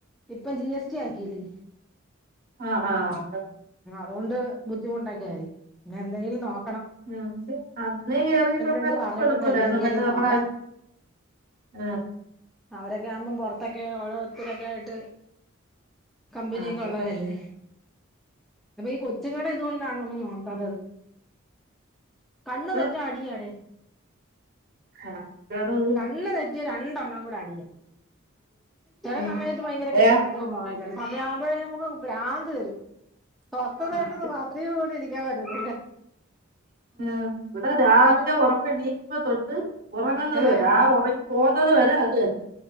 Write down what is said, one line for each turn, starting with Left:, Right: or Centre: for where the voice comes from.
Centre: ഇപ്പം ജി എ സ്ടി ആക്കില്ലേ
Right: ആ ആ ക്ക
Centre: അതുകൊണ്ട് ബുദ്ധിമുട്ടൊക്കെ ആയിരിക്കും എന്തെങ്കിലും നോക്ക
Right: പക്ഷെ അന്നേ കേറിട്ടുണ്ടായി
Centre: അടുത്ത് പറഞ്ഞിട്ടുണ്ട്
Right: കൊഴപ്പൂില്ലായിരു
Centre: എന്തെങ്കിലും
Right: നമ്മള
Centre: നോക്കാൻ
Right: ആ
Centre: ഇതൊക്കെ ആവുമ്പം പുറത്തൊക്കെ ഓരോരുത്തരൊക്കെ ആയിട്ട് കമ്പനിയക്ക
Right: ആ അതാണ്
Centre: ഉള്ളവരല്ലേ അപ്പൊ ഈ കൊച്ചുങ്ങളടെ ഇതുകൊണ്ടാണ ഒന്നും നോക്കാത്തത്. കണ്ണ്
Right: ഇപ്പം
Centre: തെറ്റാ അടിയാടെ
Right: ആ അതാണ് ഒരു
Centre: കണ്ണ തെറ്റി രണ്ടെണ്ണാം കൂടെ അടിയാം ചില
Right: ഉം
Centre: സമയത്ത് ഭയങ്കര
Right: അതെയാ
Centre: കെട്ടിപ്പെടുതം ഉമ്മ വെക്കലും സമയ ആവുമ്പോഴേ നമുക്ക് ഭ്രാന്താ രും സ്വസ്ഥതായിട്ടൊന്നന്ന്
Right: ഉം,
Centre: ബാത്റൂമിൽ പോലും ഇരിക്കാൻ പറ്റത്തില്ല
Right: ആ ഇവിടെ രാവിലെ ഉറക്കം എനിറ്റപ്പാ തൊട്ട് ഉറങ്ങുന്നത്
Centre: ഏഹ്
Right: വരെ ആ ഉറങ്ങി പോകുന്നത് വരെ അത് ത